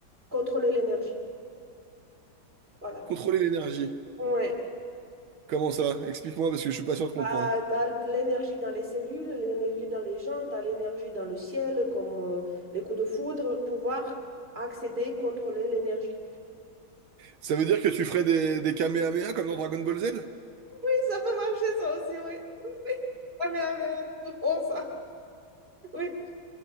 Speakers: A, on the right (about 30°); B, on the right (about 85°).
A: contrôler l'énergie. Voilà.
B: Contrôler l'énergie.
A: Ouais.
B: Comment ça? Explique-moi parce que je suis pas sûr de comprendre.
A: Bah, t'as de l'énergie dans les cellules, l'énergie dans les gens, t'as l'énergie dans le ciel, comme euh, les coups de foudre, pouvoir accéder, contrôler l'énergie.
B: Ça veut dire que tu ferais des, des Kamehameha comme dans Dragon Ball Z?
A: Oui, ça peut marcher ça aussi, oui. Oui, oui. Kamehameha, c'est bon ça. Oui,